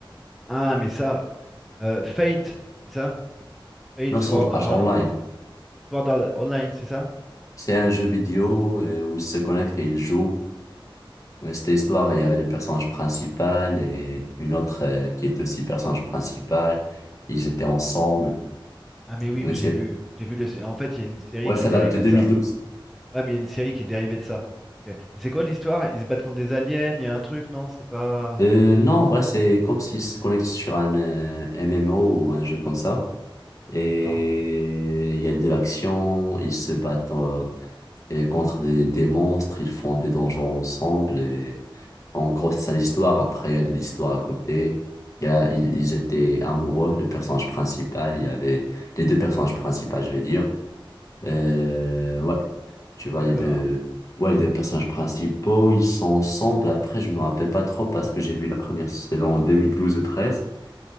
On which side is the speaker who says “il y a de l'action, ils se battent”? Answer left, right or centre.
Left